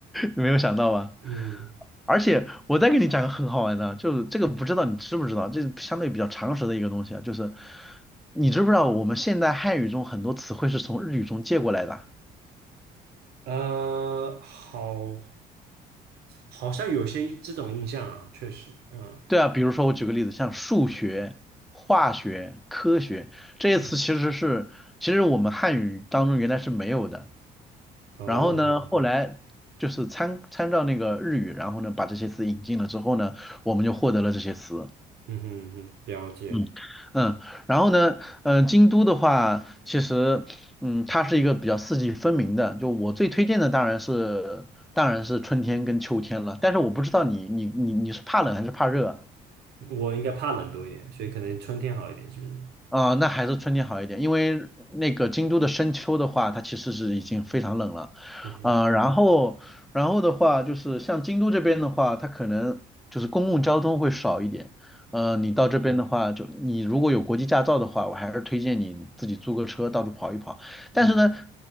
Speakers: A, in the centre; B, on the right.
A: 你没有想到吧？
B: 嗯，
A: 而且我再给你讲个很好玩的，就是这个不知道你知不知道，这是相对比较常识的一个东西啊，就是你知不知道我们现代汉语中很多词汇是从日语中借过来的？
B: 呃，好，好像有些这种印象啊，确实，嗯，
A: 对啊，比如说我举个例子，像数学、化学、科学这些词，
B: 嗯
A: 其实是其实我们汉语当中原来是没有的。
B: 哦，
A: 然后呢，后来就是参参照那个日语，然后呢把这些词引进了之后呢，我们就获得了这些词。
B: 嗯哼嗯哼，了解。
A: 嗯嗯，然后呢，呃，京都的话，其实嗯，它是一个比较四季分明的。就我最推荐的当然是当然是春天跟秋天了，但是我不知道你你你你是怕冷还是怕热啊
B: 我应该怕冷多一点，所以可能春天好一点，是不是？
A: 啊，那还是春天好一点，因为那个京都的深秋的话，它其实是已经非常冷了，
B: 偏向凉。
A: 呃，然后，然后的话就是像京都这边的话，它可能就是公共交通会少一点，呃，你到这边的话，就你如果有国际驾照的话，我还是推荐你自己租个车到处跑一跑，但是呢，
B: 嗯